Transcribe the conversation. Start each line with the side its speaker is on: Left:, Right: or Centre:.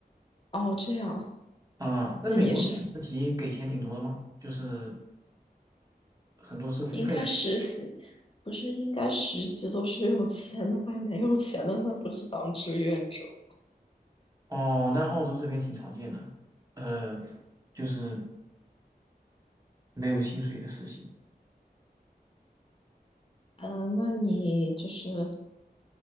Left: 哦，这样，
Right: 啊，
Left: 那你这
Right: 那美国实习给钱挺多的吗？就是很多是付费的。
Left: 应该实习，不是应该实习都是有钱的，还没有钱的，那不是当志愿者。
Right: 哦，那澳洲这边挺常见的，呃，就是没有薪水的实习，
Left: 嗯，呃那你就是